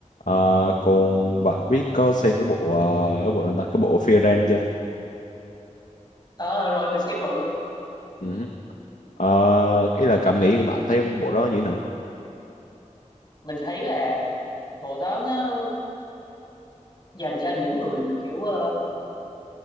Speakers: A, on the left; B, on the left.
A: à, còn bạn biết có xem cái bộ ờ, cái bộ nào ta cái bộ Fear chưa
B: ờ rồi mình xem rồi luôn
A: Ừ. à, cái là cảm nghĩ của bạn thấy bộ đó như thế nào
B: mình thấy là bộ đó nó dành cho những người mà kiểu ờ,